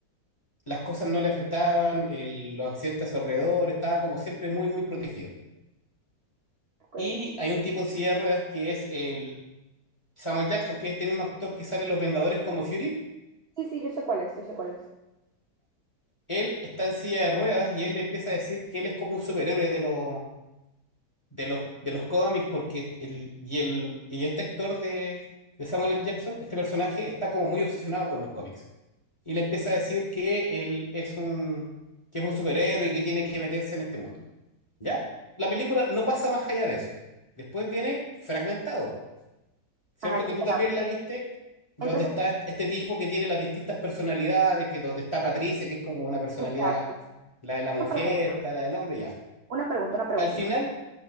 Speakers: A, on the left; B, on the right.
A: las cosas no le afectaban, el- los accidentes a su alrededor, estaba como siempre muy, muy protegido.
B: ok.
A: Y hay un tipo en silla de ruedas que es el Samuel Jackson, que es este mismo actor que sale en Los Vengadores como Fury.
B: Sí, sí, yo sé cuál es, yo sé cuál es.
A: él está en silla de ruedas y él le empieza a decir que él es como un superhéroe de los de los de los cómics porque el y el y este actor de, de Samuel L. Jackson, este personaje está como muy obsesionado con los cómics y le empieza a decir que él es un que es un superhéroe y que tiene que meterse en este mundo. ¿Ya? La
B: Ok.
A: película no pasa más allá de eso. Después viene fragmentado, ¿cierto?
B: Ajá, es
A: Que
B: saludable.
A: tú también la viste, donde
B: Entonces,
A: está este tipo que tiene las distintas personalidades, que donde está Patricia, que es como una personalidad
B: exacto.
A: la de la mujer,
B: Una pregunta,
A: está la del hombre, ya.
B: una pregunta, una pregunta.
A: Al final,